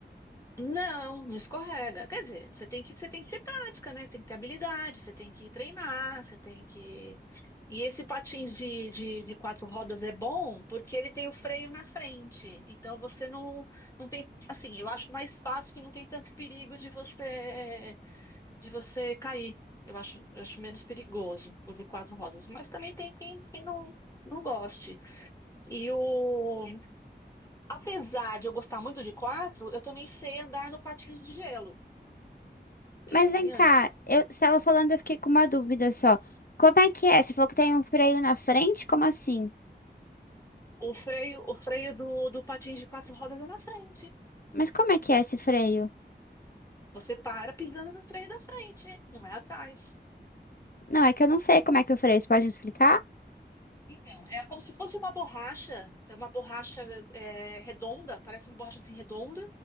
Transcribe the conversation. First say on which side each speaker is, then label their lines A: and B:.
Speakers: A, on the left; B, on the left.
A: não, não escorrega. Quer dizer, você tem que, você tem que ter prática, né? Você tem que ter habilidade, você tem que treinar, você tem que. E esse patins de, de, de quatro rodas é bom porque ele tem o freio na frente. Então você não, não tem. Assim, eu acho mais fácil que não tem tanto perigo de você de você cair. Eu acho, eu acho menos perigoso o de quatro rodas, mas também tem quem, quem não, não goste. E o, apesar de eu gostar muito de quatro, eu também sei andar no patins de gelo. Eu
B: Mas
A: também
B: vem cá,
A: ando.
B: eu estava falando, eu fiquei com uma dúvida só. Como é que é? Você falou que tem um freio na frente? Como assim?
A: O freio, o freio do, do patins de quatro rodas é na frente.
B: Mas como é que é esse freio?
A: Você para pisando no freio da frente, não é atrás.
B: Não, é que eu não sei como é que é o freio. Você pode me explicar?
A: Então, é como se fosse uma borracha, é uma borracha é, redonda, parece uma borracha assim redonda,